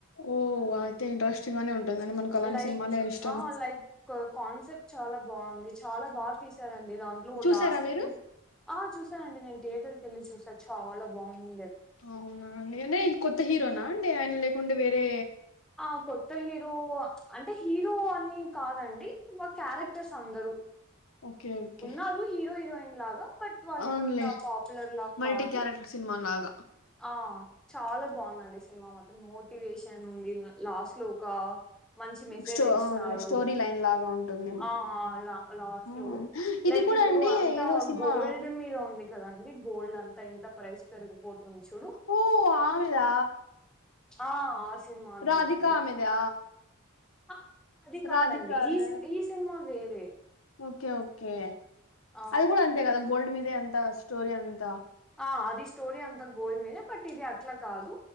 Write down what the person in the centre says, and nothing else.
లైక్
ఆ లైక్ కాన్సెప్ట్ చాలా బాగుంది. చాలా బాగా తీశారండి. దాంట్లో
లాస్ట్
కి ఆ చూసానండి నేను థియేటర్ కెల్లి చూస చాలా బాగుంది.
ఆ కొత్త హీరో అంటే హీరో అని కాదండి మా క్యారెక్టర్స్ అందరు
ఉన్నారు. హీరో హీరోయిన్ లాగా బట్ వాళ్ళు
ఏమంతా పాపులర్ లా
కాదు
ఆ చాలా బాగుందండి. సినిమా మొత్తం మోటివేషన్ ఉంది. లాస్ట్ లో ఒక లాస్ట్ లో మంచి మెసేజ్
ఇచ్చినారు.
ఆ ఆ లాస్ట్
లో
లైక్
ఇప్పుడు
అంతా
గోల్డ్ మీద ఉంది. కదండి గోల్డ్ అంతా ఇంత ప్రైస్ పెరిగిపోతుంది. చూడు
ఆ ఆ సినిమానే
అండి
ఆ అది కాదండి.
ఈ ఈ సినిమా వేరే
ఆ
ఆ అది స్టోరీ అంతా గోల్డ్ మీదే బట్ ఇది అట్లా కాదు